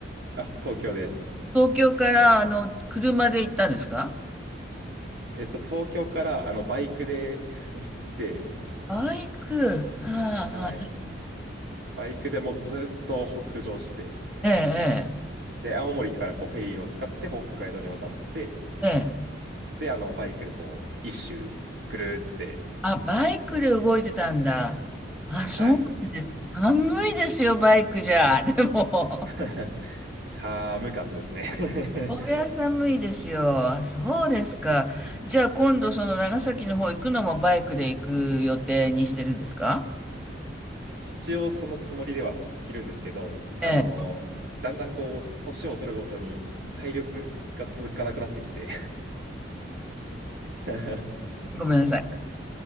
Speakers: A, on the right; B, in the centre.
A: あ、東京です。
B: 東京からあの車で行ったんですか
A: えっと、東京からあの、バイクで <laughs> 行って、
B: バイク、はあはあ、
A: はい。バイクでもうずっと北上して、
B: ええ、
A: で、青森からこうフェリーを使って北海道に渡って、
B: ええ、ええ
A: で、あの、バイクでこう、一周ぐるーって、
B: あ、バイクで動いてたんだ。あ、そうなんです。
A: はい。
B: 寒いですよ、バイクじゃ。でも、
A: <laughs> 寒かったですね
B: こりゃ寒いですよ。
A: <laughs>
B: あ、そうですか。じゃあ今度その長崎の方行くのもバイクで行く予定にしてるんですか
A: 一応そのつもりではいるんですけど、あの、
B: ええ、
A: だんだんこう、年を取るごとに体力が続かなくなってきて <laughs>
B: ごめんなさい。